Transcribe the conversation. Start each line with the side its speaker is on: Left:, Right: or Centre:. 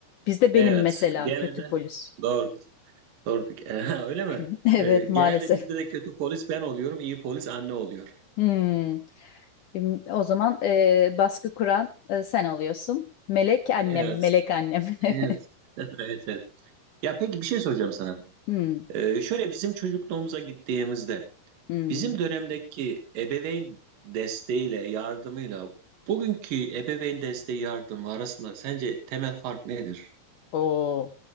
Left: Bizde
Right: evet.
Left: benim mesela
Right: Genelde
Left: kötü polis.
Right: doğrudur, doğrudur. <laughs> Ha, Öyle mi?
Left: <laughs> Evet
Right: E, genelde
Left: maalesef.
Right: bizde de kötü polis ben oluyorum, iyi polis anne oluyor.
Left: Hmm. Em, O zaman e, baskı kuran e, sen oluyorsun. Melek annem,
Right: Evet,
Left: melek annem.
Right: evet.
Left: <laughs>
Right: <laughs> Evet, evet. Ya peki bir şey soracağım sana.
Left: Hmm,
Right: E, şöyle bizim çocukluğumuza gittiğimizde
Left: hmm.
Right: Bizim dönemdeki ebeveyn desteğiyle, yardımıyla bugünkü ebeveyn desteği yardımı arasında sence temel fark nedir?
Left: O